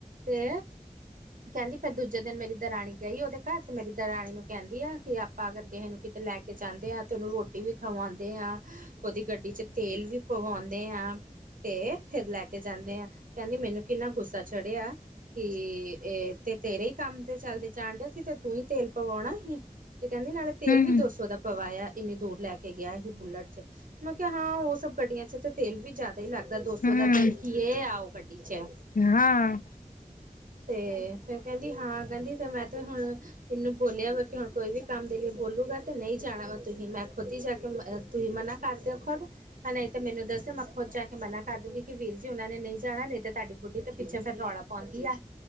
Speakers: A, on the right (about 85°); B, on the left (about 90°).
A: ਤੇ ਕਹਿੰਦੀ ਫਿਰ ਦੂਜੇ ਦਿਨ ਮੇਰੀ ਦਰਾਣੀ ਗਈ ਉਹਦੇ ਘਰ। ਤੇ ਮੇਰੀ ਦਰਾਣੀ ਨੂੰ ਕਹਿੰਦੀ ਆ। ਕਿ ਅਪਾ ਅਗਰ ਕਿਹੇ ਨੂੰ ਕਿਤੇ ਲੈ ਕੇ ਜਾਂਦੇ ਆ ਤੇ ਉਹਨੂੰ ਰੋਟੀ ਵੀ ਖਵਾਉਂਦੇ ਆ। ਉਹਦੀ ਗੱਡੀ ਚ ਤੇਲ ਵੀ ਪਵਾਉਂਦੇ ਆ। ਤੇ ਫਿਰ ਲੈ ਕੇ ਜਾਂਦੇ ਆਂ। ਕਹਿੰਦੀ ਮੈਨੂੰ ਕਿੰਨਾ ਗੁੱਸਾ ਚੜਿਆ ਕੀ ਇਹ ਤੇ ਤੇਰੇ ਹੀ ਕੰਮ ਤੇ ਚਲਦੇ ਜਾਣ ਡਿਆ ਸੀ, ਤੇ ਤੂੰ ਹੀ ਤੇਲ ਪਵਾਉਣਾ ਸੀ। ਤੇ ਕਹਿੰਦੇ ਨਾਲੇ ਤੇਲ
B: ਹਮ
A: ਵੀ ਦੋ ਸੌ ਦਾ ਪਵਾਏਆ ਇੰਨੀ ਦੂਰ ਲੈ ਕੇ ਗਿਆ ਹੀ ਬੁਲਟ ਚ। ਮੈ ਕਿਹਾ ਹਾਂ! ਉਹ ਸਭ ਗੱਡੀਆਂ ਚ ਤੇ ਤੇਲ ਵੀ ਜਾਦਾ ਈ ਲੱਗਦਾ, ਦੋ ਸੋ
B: ਹਮ
A: ਦਾ ਤੇਲ ਕੀ ਆ ੳਹ ਗੱਡੀ ਚ।
B: ਹਾਂ।
A: ਤੇ ਫੇਰ ਕਹੰਦੀ ਹਾਂ ਕਹੰਦੀ ਤੇ ਮੈਂ ਤੇ ਹੁਨ ਏਨੂੰ ਬੋਲਿਆ ਵਾ ਕਿ ਹੁਨ ਕੋਈ ਵੀ ਕੰਮ ਦੇ ਲਈ ਬੋਲੂਗਾ ਤੇ ਨਈ ਜਾਨਾ ਵਾ ਤੁਸੀ। ਮੈਂ ਖੁਦ ਹੀ ਜਾ ਕੇ ਤੁਸੀ ਮਨਾ ਘਰ ਦੇ ਖੁਦ ਨਈ ਤੇ ਮੈਨੂੰ ਦੱਸੋ, ਮੈਂ ਖੁਦ ਜਾ ਕੇ ਮਨਾ ਕਰ ਦੂਗੀ ਕਿ ਵੀਰ ਜੀ ੳਨਾਂ ਨੇ ਨਈ ਜਾਨਾ, ਨਈ ਤੇ ਤੁਹਾਡੀ ਬੁੱਢੀ ਤੇ ਪਿੱਛੇ ਫੇਰ ਰੋਲਾ ਪਾਂਦੀ ਐ